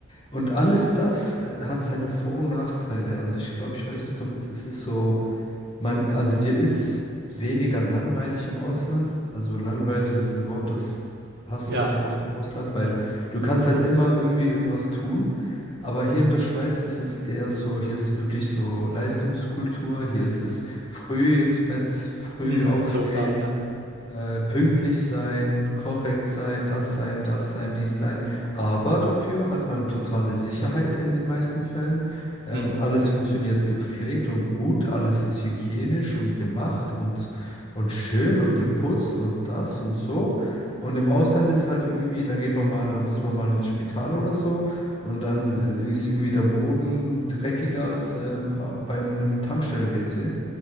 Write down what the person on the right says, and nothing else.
ja,
mhm,
total, ja.
Mhm,